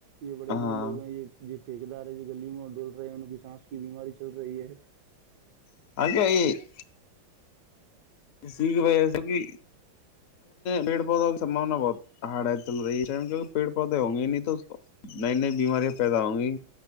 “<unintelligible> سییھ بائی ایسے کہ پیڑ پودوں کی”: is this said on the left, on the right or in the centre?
Left